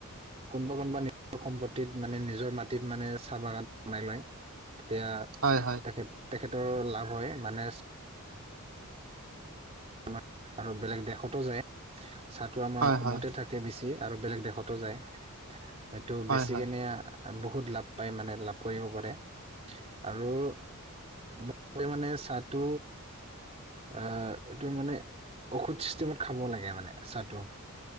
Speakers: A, on the right; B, on the right.
A: কোনবা কোনবা নি সম্পত্তিত মানে নিজৰ মাটিত মানে চাহ বাগান বনাই লয়, তেতিয়া
B: হয় হয়।
A: তেখেত তেখেতৰ লাভ হয় মানে আমাৰ আৰু বেলেগ দেশতো যায় চাহটো আমাৰ
B: হয়
A: অসমতে
B: হয় হয় হয়
A: থাক বেচি আৰু বেলেগ দেশতো যায়, এইটো
B: হয়
A: বেচি কেনে আ বহুত লাভ পায় মানে লাভ কৰিব পাৰে আৰু বহুতে মানে চাহটো আহ এইটো মানে ঔষুধ চিষ্টেমত খাব লাগে মানে চাহটো।